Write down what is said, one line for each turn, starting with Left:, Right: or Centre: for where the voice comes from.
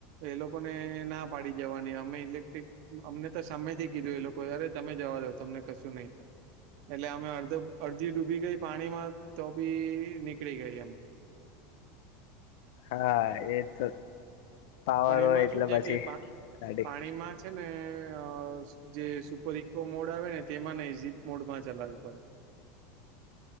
Right: એ લોકોને ના પાડી જવાની અમે ઇલેક્ટ્રિક અમને તો સામેથી કીધું એ લોકો અરે તમે જવા દો તમને કશું નહીં થાય એટલે અમે અડધે અડધી ડૂબી ગઈ પાણીમાં તો બી નીકળી ગઈ એમ
Left: હા એ તો પાવર
Right: પણ
Left: હોય
Right: એમાં
Left: એટલે
Right: શું છે
Left: પછી
Right: કે પા
Left: કાઢી
Right: પાણીમાં છે, ને અ જે સુપર ઈકો મોડ આવે ને તેમાં નહી ઝીપ મોડમાં ચલાવી પડે